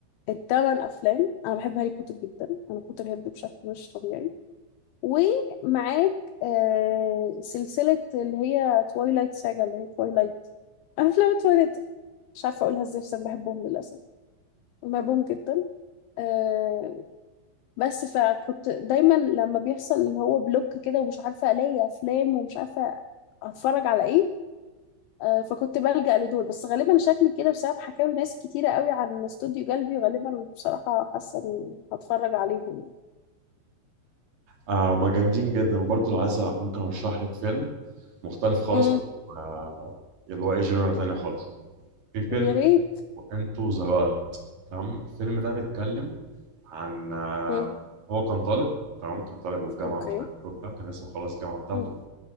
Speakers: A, on the left; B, on the right.
A: الثمان افلام انا بحب هاري بوتر جدا انا بوتر هيد بشكل مش طبيعي ومعاك آه سلسلة اللي هي تويلايت ساجا اللي هي تويلايت أفلام تويلايت مش عارفة أقولها إزاي بس أنا بحبهم للأسف بحبهم جدا آه بس فكنت دايما لما بيحصل اللي هو بلوك كده ومش عارفة ألاقي أفلام ومش عارفة أتفرج على إيه آه فكنت بلجأ لدول بس غالبا شكلي كده بسبب حكاوي ناس كتيرة قوي عن استوديو قلبي غالبا بصراحة حاسة إني هتفرج عليهم
B: آه هما جامدين جدا وبرضه لو عايز ممكن ارشح لك فيلم مختلف خالص
A: امم
B: آه اللي هو ايه جنرال تانية خالص في فيلم
A: يا ريت
B: انتو ذا وايلد تمام الفيلم ده بيتكلم عن آه
A: مم.
B: هو كان طالب تمام كان طالب وفي جامعة
A: اوكي
B: ومش عارف ايه وبتاع كان لسه مخلص الجامعة بتاعته
A: مم.